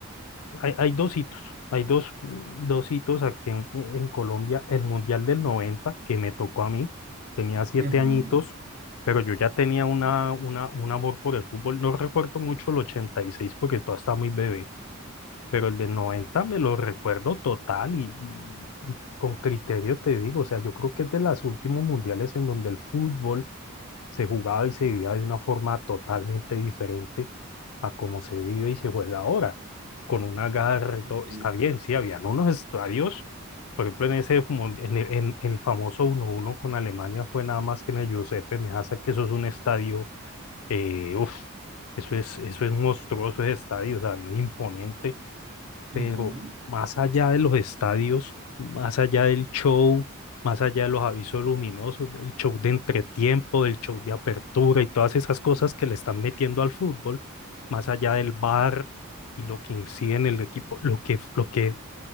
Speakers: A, on the left; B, on the right.
A: Hay, hay dos hitos, hay dos, dos hitos aquí en, en Colombia. El Mundial del 90 que me tocó a mí, tenía siete
B: Ujú,
A: añitos, pero yo ya tenía una, una, un amor por el fútbol. No recuerdo mucho el 86 porque todavía está muy bebé, pero el del 90 me lo recuerdo total y, y- y con criterio te digo, o sea, yo creo que es de los últimos mundiales en donde el fútbol se jugaba y se vivía de una forma totalmente diferente a como se vive y se juega ahora, con una garra y
B: Ok.
A: todo. Está bien, sí, habían unos estadios, por ejemplo, en ese, mon- en el, en el famoso uno uno con Alemania fue nada más que en el Giuseppe Meazza, que eso es un estadio, eh, uf, eso es, eso es monstruoso ese estadio, o sea, no es imponente,
B: ujú,
A: pero más allá de los estadios, más allá del show, más allá de los avisos luminosos, del show de entretiempo, del show de apertura y todas esas cosas que le están metiendo al fútbol, más allá del bar y lo que incide en el equipo, lo que, lo que,